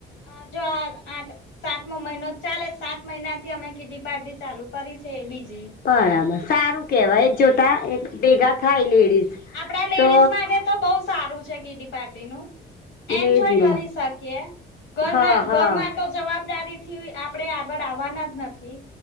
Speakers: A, on the left; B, on the left.
A: આજો આઠ સાતમો મહિનો ચાલે સાત મહિના થી અમે કીટી પાર્ટી ચાલુ કરી છે બીજી
B: બરાબર સારું કેવાય એક જોતા એક ભેગા થાય લેડીઝ
A: આપડા લેડીઝ
B: તો
A: માટે તો બહુ સારું છે કીટી પાર્ટીનું એન્જોય
B: એજ ને
A: કરી શકીએ ઘરના
B: હા હા
A: ઘરમાં તો જવાબદારી થી આપણેે આગળ આવવાના જ નથી